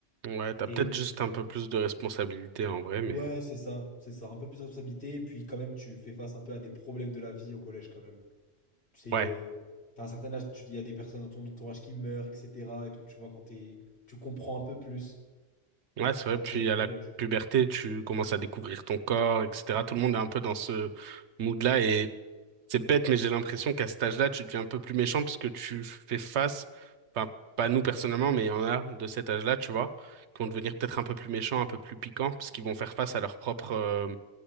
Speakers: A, on the right (about 70°); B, on the left (about 60°).
A: Ouais, t'as
B: Et,
A: peut-être
B: euh,
A: juste un peu plus de responsabilité en vrai, mais
B: Ouais, c'est ça, c'est ça. Un peu plus de responsabilité, puis quand même, tu fais face un peu à des problèmes de la vie au collège quand même. Tu sais,
A: ouais,
B: euh, t'as un certain âge, tu il y a des personnes dans ton entourage qui meurent, etc. et tout, tu vois, quand t'es, tu comprends un peu plus
A: ouais, c'est
B: quand
A: vrai. Puis
B: t'es au collège.
A: à la puberté, tu commences à découvrir ton corps, etc. Tout le monde est un peu dans ce mood-là et c'est bête, mais j'ai l'impression qu'à cet âge-là, tu deviens un peu plus méchant parce que tu fais face, enfin, pas nous personnellement, mais il y en a de cet âge-là, tu vois, qui vont devenir peut-être un peu plus méchants, un peu plus piquants, parce qu'ils vont faire face à leur propre euh,